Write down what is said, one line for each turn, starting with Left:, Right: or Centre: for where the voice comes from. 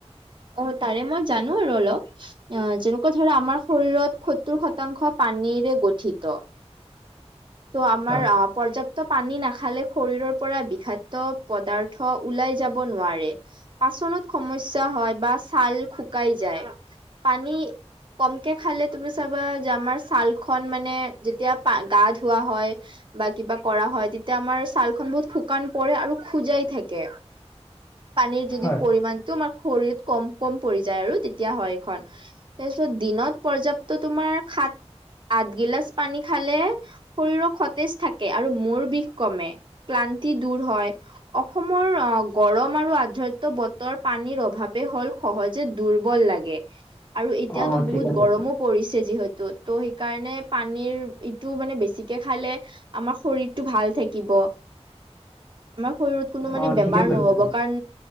Right: অ তাৰে মই জানো আৰু অলপ অ', যেনেকুৱা ধৰা আমাৰ শৰীৰত সত্তৰ শতাংশ পানীৰে গঠিত। ত' আমাৰ
Left: হয়,
Right: অ পৰ্যাপ্ত পানী নাখালে শৰীৰৰ পৰা ধাতু পদাৰ্থ ওলাই যাব নোৱাৰে, পাচন ত সমস্যা হয় বা ছাল। শুকাই যায়। পানী কমকে খালে তুমি চাবা যে আমাৰ ছাল খন মানে যেতিয়া পা গা ধু থোৱা হয়, বা কিবা কৰা হয় তেতিয়া আমাৰ ছাল খন বহুত শুকান পৰে আৰু খোজাই থাকে, পানীৰ যদি
Left: হয়।
Right: পৰিমাণটো আমাৰ শৰীৰ কম কম পৰি যায়, আৰু তেতিয়া হয় এইখন তাৰপিছত দিনত পৰ্যয়াপ্ত তোমাৰ খাত আঠ গিলছ পানী খালে। শৰীৰৰ সতেজ থাকে আৰু মুৰ বিষ কমে। ক্লান্তি দূৰ হয় অসমৰ অ', গৰম আৰু আধ্ৰ বতৰ পানীৰ অভাৱে হ'ল সহজে দুৰ্বল লাগে। আৰু এতিয়াতো
Left: অ'
Right: বহুত
Left: ঠিকে কৈছা।
Right: গৰমো পৰিছে যিহেতু ত' সেইকাৰণে পানীৰ ইটো মানে বেছি পানী খালে আমাৰ শৰীৰটো ভাল থাকিব। আমাৰ শৰীৰ কোনো মানে
Left: অ' ঠিকে
Right: বেমাৰ
Left: কৈছা
Right: নহ'ব
Left: তুমি।
Right: কাৰণ